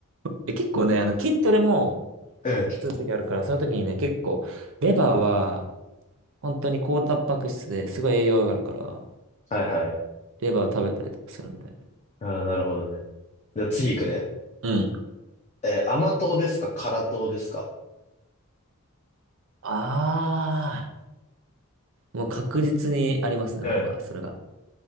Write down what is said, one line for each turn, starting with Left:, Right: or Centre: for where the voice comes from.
Right: で、結構ね、あの、筋トレも
Left: うん。
Right: するときあるから、その時にね、結構、レバーは、本当に高タンパク質ですごい栄養上がるから、
Left: はいはい。
Right: レバー食べたりとかするんだよね。
Left: ああ、なるほどね。じゃあ次行くね。
Right: うん。
Left: えー甘党ですか辛党ですか
Right: あー、もう確実にありますね、
Left: うん。
Right: 僕は、それが。